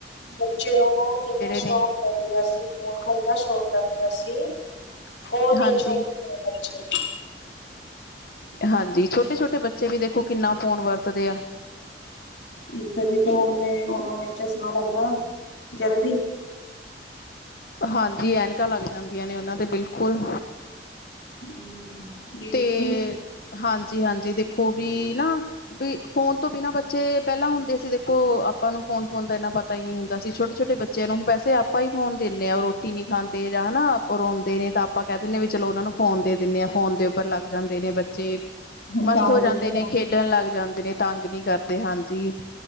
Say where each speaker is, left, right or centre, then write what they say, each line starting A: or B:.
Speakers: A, on the left; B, on the left.
A: ਬੱਚੇ ਨੂੰ ਜੜਾ ਸ਼ੌਕ
B: ਨੇ
A: ਲਗ ਰਿਹਾ ਸੀ। ਇੰਨਾ ਸ਼ੌਕ ਲੱਗ ਰਿਹਾ ਸੀ। ਫੋਨਛ
B: ਹਾਂਜੀ
A: ਚ
B: ਹਾਂਜੀ। ਛੋਟੇ ਛੋਟੇ ਬੱਚੇ ਵੀ ਦੇਖੋ ਕਿੰਨਾ ਫੋਨ ਵਰਤਦੇ ਆ।
A: ਹਮ ਤ ਵੀ ਉਹਨੇ ਉਹ ਨੇ ਚਸ਼ਮਾ ਲੱਗਦਾ ਵ ਜਲਦੀ
B: ਹਾਂਜੀ ਐਨਕਾਂ ਲੱਗ ਜਾਂਦੀਆਂ ਨੇ ਉਹਨਾਂ ਦੇ ਬਿਲਕੁਲ
A: ਹਮ। ਯਹੀ
B: ਤੇ
A: ਤੋ
B: ਹਾਂਜੀ ਜੀ ਹਾਂਜੀ ਦੇਖੋ ਵੀ ਨਾ ਫੋਨ ਤੋਂ ਬਿਨਾਂ ਬੱਚੇ ਪਹਿਲਾਂ ਹੁੰਦੇ ਸੀ ਦੇਖੋ ਉਹ ਆਪਾਂ ਨੂੰ ਫੋਨ ਦਾ ਇਨਾ ਪਤਾ ਹੀ ਨਹੀਂ ਹੁੰਦਾ ਸੀ ਛੋਟੇ ਛੋਟੇ ਬੱਚਿਆਂ ਨੂੰ ਵੈਸੇ ਆਪਾਂ ਹੀ ਫੋਨ ਦਿੰਦੇ ਆ ਰੋਟੀ ਨਹੀਂ ਖਾਂਦੇ ਜਾਂ ਹਨਾ ਉਹ ਰੋਂਦੇ ਨੇ ਤਾਂ ਆਪਾਂ ਕਹਿ ਕਿੰਨੇ ਵੀ ਚਲੋ ਉਹਨਾਂ ਨੂੰ ਫੋਨ ਦੇ ਦਿੰਦੇ ਆ ਫੋਨ ਦੇ ਪਰ ਲੱਗ ਜਾਂਦੇ ਨੇ ਬੱਚੇ
A: ਹਮ
B: ਮਸਤ
A: ਕੰਮ
B: ਹੋ
A: ਵੀ
B: ਜਾਂਦੇ ਨੇ ਖੇਡਣ ਲੱਗ ਜਾਂਦੇ ਨੇ ਤਾਂ ਅੰਗ ਨਹੀਂ ਕਰਦੇ ਹਨ ਜੀ